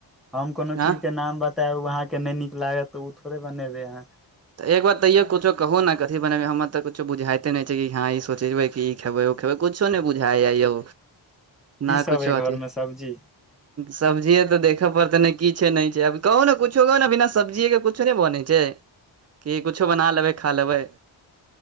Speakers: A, in the centre; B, on the right.
A: हम कोनो चीज
B: आँ
A: के नाम बतायब उ अहाँकेँ नै नीक। लागत तऽ उ थोड़े बनेबै अहाँ।
B: तऽ एक बार तैयो कुछो कहू न कथी बनेबै हमर तऽ कुछो बुझाइते नइ छै कि हँ ई सोचबै कि ई खेबै ओ। खेबै कुछो नै बुझाइया यौ
A: की
B: ना
A: सब
B: कुछो
A: अइ घर
B: अथी।
A: मे सब्जी
B: सब्जीेये तऽ देख पड़तै नइ कीछ नइ छै आब कहु न कुछो कहू न बिना सब्जीेय के कुछो नै बनै छै। कि कुछो बना लेबै खा लेबै।